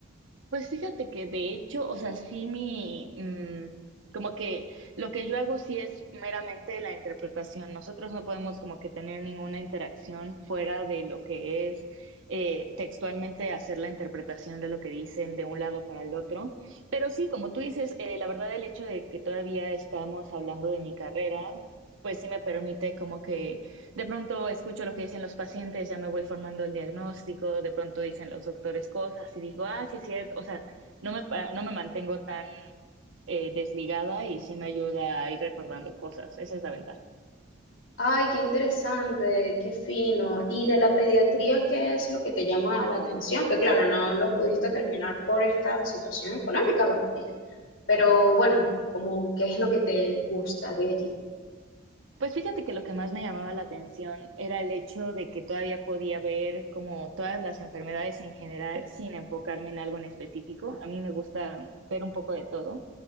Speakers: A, on the right; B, on the left.
A: Pues fíjate que de hecho, o sea, sí mi, mm, como que lo que yo hago sí es meramente la interpretación. Nosotros no podemos como que tener ninguna interacción fuera de lo que es eh, textualmente hacer la interpretación de lo que dicen de un lado para el otro. Pero sí, como tú dices, eh, la verdad el hecho de que todavía estamos hablando de mi carrera, pues sí me permite como que de pronto escucho lo que dicen los pacientes, ya me voy formando el diagnóstico, de pronto dicen los doctores cosas y digo, ah, sí es cierto, o sea, no me, no me mantengo tan eh, desligada y sí me ayuda a ir recordando cosas, esa es la ventaja.
B: Ay, qué interesante, qué fino. ¿Y de la pediatría qué es lo que te llama la atención? Que claro, no lo pudiste terminar por esta situación económica, va, Pero bueno, como qué es lo que te gusta de allí.
A: Pues fíjate que lo que más me llamaba la atención era el hecho de que todavía podía ver como todas las enfermedades en general sin enfocarme en algo en específico. A mí me gusta ver un poco de todo.